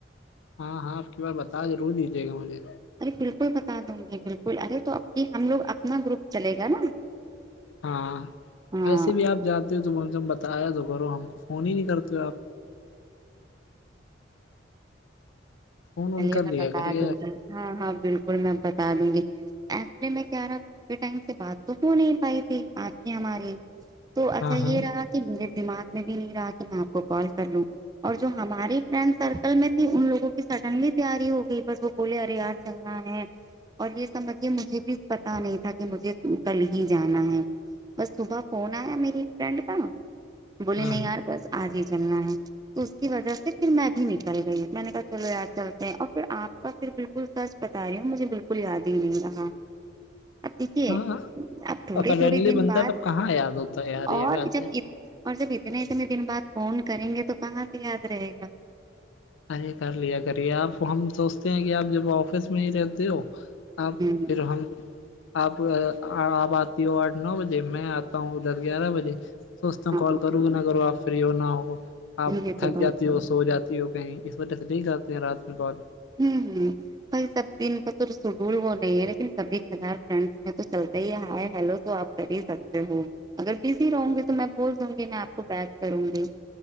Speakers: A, on the left; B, on the right.
A: ہاں ہاں آپ کی بار بتا ضرور دیجیے گا مجھے
B: ارے بالکل بتا دوں گی بالکل ارے تو اب کے ہم لوگ اپنا گروپ چلے گا نا
A: ہاں
B: ہاں
A: ویسے بھی آپ جاتے تو کم سےکم بتایا تو کرو ہم کو فون ہی نہیں کرتے ہو آپ فون وون
B: چلیے
A: کر
B: میں
A: لیا
B: بتا
A: کریے
B: دوں گی ہاں ہاں بالکل میں بتا دوں گی ایچولی میں کیا رہا تھا کافی ٹائم سے بات تو ہو نہیں پائی تھی آپ کی ہماری تو اچھا
A: ہاں
B: یے
A: ہاں
B: رہا کی میرے دماغ میں بھی نہیں رہا کی میں آپ کو کال کر لوں اور جو ہماری فرینڈ سرکل میں تھی ان لوگوں کی سڈنلی تیاری ہو گئی بس وہ بولے ارے یار چلنا ہے اور یے سمجھیے مجھے بھی پتا نہیں تھا کی مجھے کل ہی جانا ہے بس صبح فون آیا میری فرینڈ کا بولی
A: ہاں
B: نہیں یار بس آج ہی چلنا ہے تو اس کی وجہ سے پھر میں بھی نکلے گئی میں نے کہا چلو یار چلتے ہیں اور فیر آپ کا فیر بالکل سچ بتا رہی ہوں مجھے بالکل یاد ہی نہیں رہا اب دیکھیے
A: ہاں ہاں
B: اب تھوڑے
A: اور سڈنلی
B: تھوڑے دن
A: بنتا
B: بعد
A: تب کہاں یاد ہوتا ہے یار یہ
B: اور
A: بات
B: جب
A: ہے
B: یے اور جب اتنے اتنے دن بعد فون کریں گے تو کہاں سے یاد رہے گا
A: ارے کر لیا کریے آپ ہم سوچتے ہیں کی آپ جب آفس میں ہی رہتے ہو آپ
B: ہوں
A: پھر ہم آپ آپ آتی ہو آٹھ نو بجے میں آتا ہوں دس گیارہ بجے سوچتا ہوں
B: ہاں
A: کال کرو گے نا کروں آپ فری ہو نا ہو آپ
B: یہ
A: تھک
B: تو بات
A: جاتی
B: ہے
A: ہو سو جاتی ہو اس وجے سے نہیں کرتے ہیں رات میں کال
B: آمہم بھائی سب دن کا تو شڈول وہ نہیں ہے لیکن کبھی کبار فرینڈس میں تو چلتا ہی ہے ہائے ہیلو تو آپ کر ہی سکتے ہو اگر بزی رہوں گی تو میں بول دوں گی میں آپ کو کال کروں گی